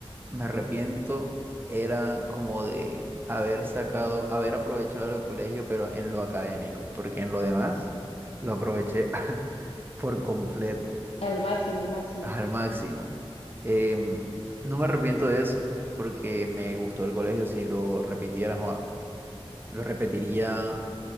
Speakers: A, on the right (about 20°); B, on the left (about 75°).
A: me arrepiento, era como de haber sacado, haber aprovechado el colegio, pero en lo académico, porque en lo demás lo aproveché <laughs> por completo,
B: al máximo, al máximo.
A: al máximo. Em, no me arrepiento de eso, porque me gustó el colegio, si lo repitiera, joa, lo repetiría